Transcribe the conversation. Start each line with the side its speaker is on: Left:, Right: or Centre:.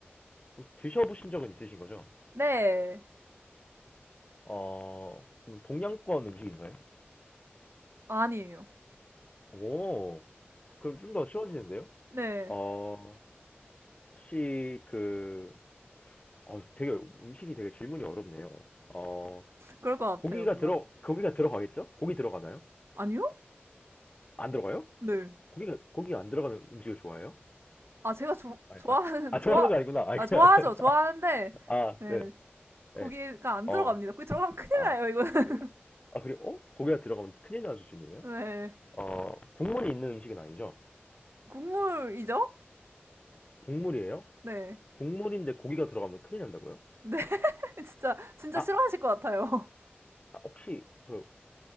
Left: 혹시 드셔보신 적은 있으신 거죠?
Right: 네. 네,
Left: 어, 그럼 동양권 음식인가요?
Right: 아니에요.
Left: 오, 그럼 좀 더 쉬워지는데요?
Right: 네,
Left: 어, 혹시 그, 어, 되게 음식이 되게 질문이 어렵네요. 어,
Right: 그럴 것 같아요,
Left: 고기가
Right: 뭔가.
Left: 들어, 고기가 들어가겠죠? 고기 들어가나요?
Right: 아니요?
Left: 안 들어가요?
Right: 네.
Left: 고기가 고기 안 들어가는 음식을 좋아해요?
Right: 아, 제가 조,
Left: 아,
Right: 좋아하는,
Left: 아, 아,
Right: 좋아,
Left: 좋아하는 거 아니구나. 아,
Right: 아,
Left: 그냥
Right: 좋아하죠.
Left: <laughs>
Right: 좋아하는데,
Left: 아,
Right: 네.
Left: 네, 네,
Right: 고기가 안
Left: 어,
Right: 들어갑니다. 고기 들어가면 큰일
Left: 아,
Right: 나요, 이거는. <laughs>
Left: 으, 아 그리고 어? 고기가 들어가면 큰일 나는 수준이에요?
Right: 네.
Left: 어, 국물이 있는 음식은 아니죠?
Right: 국물이죠?
Left: 국물이에요?
Right: 네.
Left: 국물인데 고기가 들어가면 큰일 난다고요?
Right: 네, <laughs> 진짜, 진짜
Left: 아,
Right: 싫어하실
Left: 아,
Right: 것 같아요.
Left: 혹시 그